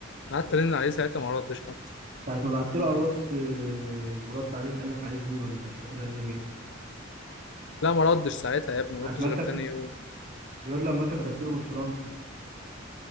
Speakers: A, on the left; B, on the right.
A: أنا قعدت ارن عليه ساعتها ما ردش حتى
B: ساعة ما بعت له على الواتس آه، ورد عليك قال لك عايز ايه ولا مش فاكر قال لك ايه
A: لا ما ردش ساعتها يا ابني ما
B: ساعة
A: ردش
B: ما انت
A: غير تاني يوم
B: ياد لما انت كتبت له بالفرانكو